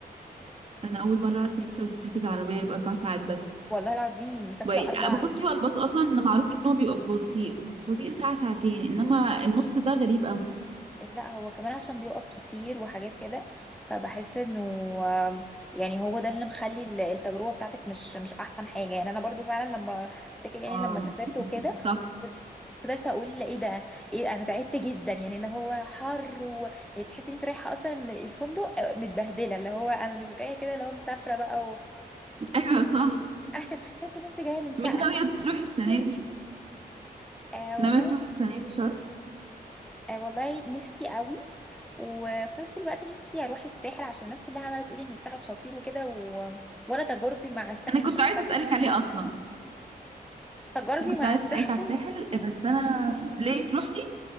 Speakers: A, on the right; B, in the centre.
A: انا اول مره اعرف ان انت لو سافرت بالعربيه يبقى اربع ساعات بس
B: والله العظيم مسافره
A: وي-
B: اربع
A: بصي هو الباص اصلا إن معروف ان هو بيبقى بطيء بس بطيء ساعه ساعتين انما النص ده غريب قوي
B: لا هو كمان عشان بيقف كتير وحاجات كده فبحس انه آم، يعني هو ده اللي مخلي ال- التجربه بتاعتك مش مش احسن حاجه يعني انا برضو فعلا لما افتكر يعني
A: اه
B: لما سافرت وكده
A: صح
B: فضلت اقول ايه ده ايه انا تعبت جدا يعني اللي هو حر و... يعني تحسي ان انت رايحه اصلا الفندق آه، متبهدله اللي هو انا مش جايه كده اللي هو مسافره بقى
A: <laughs> ايوه صح
B: <laughs> تحس ان انت جايه من شقه
A: طب انت ناويه تروحي السنه دي
B: آه
A: ناويه
B: والله
A: تروحي
B: بس
A: السنه دي شرم
B: آه والله نفسي قوي وفي نفس الوقت نفسي اروح الساحل عشان الناس كلها عماله تقول ان الساحل خطير وكده و... وانا تجاربي مع الساحل
A: انا كنت
B: مش احسن
A: عايزه اسالك
B: حاجه
A: عليه اصلا
B: تجاربي
A: انا كنت
B: مع
A: عايزه
B: الساحل
A: اسالك على الساحل بس انا ليه انت روحتي